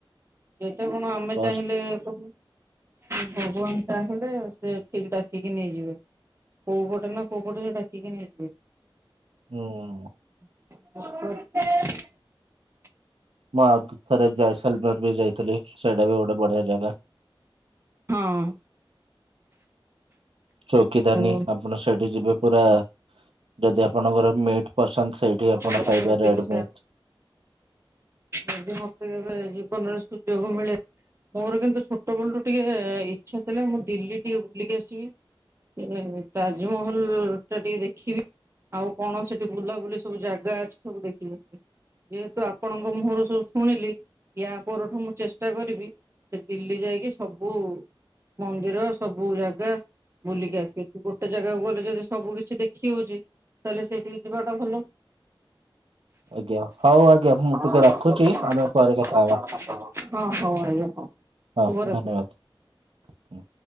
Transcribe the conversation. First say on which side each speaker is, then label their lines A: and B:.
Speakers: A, on the right; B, on the right.
A: ଏଇଟା କଣ ଆମେ
B: ବସ୍
A: ଚାହିଁଲେ କରିବ ଉଁ ଭଗବାନ୍ ଚାହିଁଲେ ସେ ଠିକ୍ ଡାକି କି ନେଇଯିବେ। କୋଉପଟେ ନାଁ କୋଉପଟେ ହେ ଡାକିକି ନେଇଯିବେ।
B: ହୁଁ।
A: <inaudible>
B: ମୁଁ ଆଉ ଥରେ ଜୟସେଲମର୍ ବି ଯାଇଥିଲି ସେଇଟା ବି ଗୋଟେ ବଢ଼ିଆ ଜାଗା।
A: ହଁ।
B: ଚୌକିଦାନୀ
A: ହଉ
B: ଆପଣ ସେଇଠି ଯିବେ ପୁରା ଯଦି ଆପଣଙ୍କର ମେଟ୍ ପସନ୍ଦ ସେଇଠି ଆପଣ
A: ଭାବିବି
B: ପାଇବେ ରେଡ଼୍
A: ସେୟା।
B: ମିଟ୍।
A: ଯଦି ମତେ କେବେ ଜୀବନରେ ସୁଯୋଗ ମିଳେ ମୋର କିନ୍ତୁ ଛୋଟବେଳୁରୁ ଟିକେ ଇଚ୍ଛା ଥିଲା ମୁଁ ଦିଲ୍ଲୀ ଟିକେ ବୁଲିକି ଆସିବି। ଏ ତାଜମହଲଟା ଟିଏ ଦେଖିବି। ଆଉ କଣ ସେଠି ବୁଲାବୁଲି ସବୁ ଜାଗା ଅଛି ସବୁ ଦେଖିକି ଆସିବି। ଯେହେତୁ ଆ ଆପଣଙ୍କ ମୁଁହଁରୁ ସବୁ ଶୁଣିଲି ୟା ପରଠୁ ମୁଁ ଚେଷ୍ଟା କରିବି ସେ ଦିଲ୍ଲୀ ଯାଇକି ସବୁ ମନ୍ଦିର ସବୁ ଜାଗା ବୁଲିକି ଆସି ଗୋଟେ ଜାଗାକୁ ଗଲେ ଯଦି ସବୁ କିଛି ଦେଖି ହଉଛି ତାହେଲେ ସେଇଠିକି ଯିବାଟା ଭଲ।
B: ଆଜ୍ଞା ହଉ ଆଜ୍ଞା ମୁଁ
A: ହଁ
B: ଟିକେ ରଖୁଛି ଆମେ
A: ହଉ
B: ପରେ କଥା ହବା
A: ଆଜ୍ଞା ହଉ।
B: ହ
A: ଶୁଭରାତ୍ରି।
B: ଧନ୍ୟବାଦ୍ ହୁଁ।